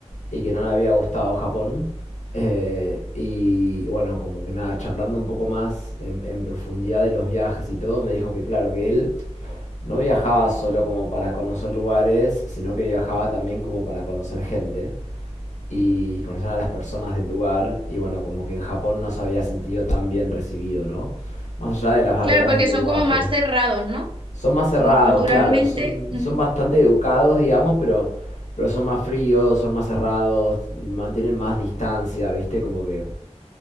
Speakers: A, on the left; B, on the right.
A: y que no le había gustado Japón. Eh, y bueno, como que nada, charlando un poco más en, en profundidad de los viajes y todo, me dijo que claro, que él no viajaba solo como para conocer lugares, sino que viajaba también como para conocer gente y conocer a las personas del lugar. Y bueno, como que en Japón no se había sentido tan bien recibido, ¿no? Más allá de las barreras
B: Claro, porque
A: del lenguaje.
B: son como más cerrados, ¿no?
A: Son más cerrados,
B: Como culturalmente.
A: claro, son,
B: ujú,
A: son bastante educados, digamos, pero, pero son más fríos, son más cerrados, mantienen más distancia, ¿viste? Como que,